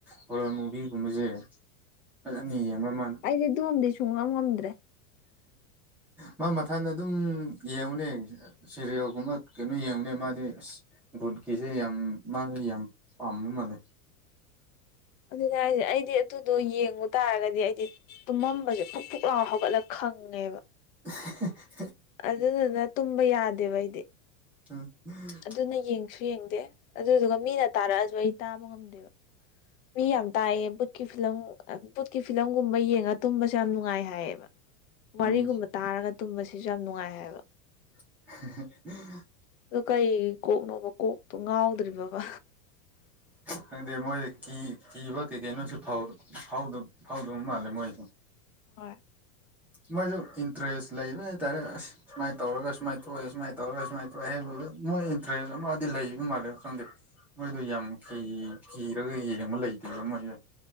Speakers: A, in the centre; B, on the left.
A: ꯍꯣꯔꯔ ꯃꯨꯕꯤꯒꯨꯝꯕꯖꯦ ꯐꯖꯅ ꯌꯦꯡꯕ ꯃꯥꯅ
B: ꯑꯦ ꯗꯣꯝꯗꯤ ꯁꯨꯡꯉꯝ ꯉꯝꯗ꯭ꯔꯦ
A: ꯃꯥ ꯃꯊꯟꯗ ꯑꯗꯨꯝ ꯌꯦꯡꯉꯨꯅꯦ ꯁꯤꯔꯤꯌꯦꯜꯒꯨꯝꯕ ꯀꯩꯅꯣ ꯌꯦꯡꯕꯅꯦ ꯃꯥꯗꯤ ꯑ꯭ꯁ ꯚꯨꯠꯀꯤꯁꯦ ꯌꯥꯝ ꯃꯥꯁꯨ ꯌꯥꯝ ꯄꯥꯝꯕ ꯃꯥꯜꯂꯦ
B: ꯑꯗꯨꯅꯦ ꯍꯥꯏꯁꯦ ꯑꯩꯗꯤ ꯑꯗꯨꯗꯣ ꯌꯦꯡꯉꯨ ꯇꯥꯔꯒꯗꯤ ꯑꯩꯗꯤ ꯇꯨꯝꯃꯝꯕꯁꯦ ꯐꯨꯛ-ꯐꯨꯛ ꯂꯥꯎ ꯍꯧꯒꯠꯂ ꯈꯪꯉꯦꯕ
A: <unintelligible>
B: ꯑꯗꯨꯗꯨꯅ ꯇꯨꯝꯕ ꯌꯥꯗꯦꯕ ꯑꯩꯗꯤ
A: <unintelligible>
B: ꯑꯗꯨꯅ ꯌꯦꯡꯁꯨ ꯌꯦꯡꯗꯦ ꯑꯗꯨꯗꯨꯒ ꯃꯤꯅ ꯇꯥꯔꯥꯑꯁꯨ ꯑꯩ ꯇꯥꯕ ꯉꯝꯗꯦꯕ ꯃꯤ ꯌꯥꯝ ꯇꯥꯏꯌꯦ ꯕꯨꯠꯀꯤ ꯐꯤꯂꯝ ꯕꯨꯠꯀꯤ ꯐꯤꯂꯝꯒꯨꯝꯕ ꯌꯦꯡꯉ ꯇꯨꯝꯕꯁꯦ ꯌꯥꯝ ꯅꯨꯡꯉꯥꯏ ꯍꯥꯏꯌꯦꯕ ꯋꯥꯔꯤꯒꯨꯝꯕ
A: ꯎꯝ
B: ꯇꯥꯔꯒ ꯇꯨꯝꯕꯁꯤꯁꯨ ꯌꯥꯝ ꯅꯨꯡꯉꯥꯏ ꯍꯥꯏꯕ
A: <unintelligible>
B: ꯑꯗꯨ ꯀꯩ ꯀꯣꯛꯅꯣꯕ ꯀꯣꯛꯇꯣ ꯉꯥꯎꯗ꯭ꯔꯤꯕꯕ
A: ꯈꯪꯗꯦ ꯃꯣꯏ ꯀꯤ ꯀꯤꯕ ꯀꯩ ꯀꯩꯅꯣꯁꯨ ꯐꯥꯎ-ꯐꯥꯎꯗ ꯐꯥꯎꯗꯕ ꯃꯥꯜꯂꯦ ꯃꯣꯏꯗꯣ
B: ꯍꯣꯏ
A: ꯃꯣꯏꯁꯨ ꯏꯟꯇꯔꯦꯁ ꯂꯩꯕ ꯍꯥꯏꯇꯔꯦ ꯑꯁ ꯁꯨꯃꯥꯏꯅ ꯇꯧꯔꯒ ꯁꯨꯃꯥꯏꯅ ꯊꯣꯛꯑꯦ ꯁꯨꯃꯥꯏꯅ ꯇꯧꯔꯒ ꯁꯨꯃꯥꯏꯅ ꯊꯣꯛꯑꯦ ꯍꯥꯏꯕꯗꯨ ꯃꯣꯏ ꯏꯟꯇꯔꯦꯁ ꯑꯃꯗꯤ ꯂꯩ ꯑꯗꯨꯝ ꯃꯥꯜꯂꯦꯕ ꯈꯪꯗꯦ ꯃꯣꯏꯗ ꯌꯥꯝ ꯀꯤ ꯀꯤꯔꯒ ꯌꯦꯡꯕ ꯂꯩꯇꯦꯕ ꯃꯣꯏꯗꯣ